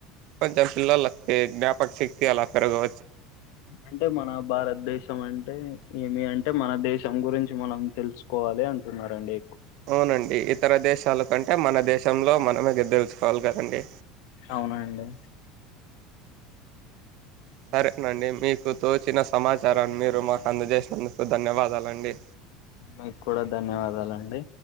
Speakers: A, on the right; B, on the left.
A: కొంచెం పిల్లోళ్ళకి జ్ఞాపక శక్తి అలా పెరగవ
B: అంటే మన భారతదేశం అంటే ఏమి అంటే మన దేశం గురించి మనం తెలుసుకోవాలి అంటున్నరండి
A: అవునండి తర దేశాలకు అంటే మన దేశంలో మనమే <unintelligible> కోవాలి కదండీ
B: అవునా అండి
A: సరేనండి మీకు తోచిన సమాచారాన్ని మీరు మాకు అందజేసినందుకు ధన్యవాదాలండి
B: మీకు కూడా ధన్యవాదాలండి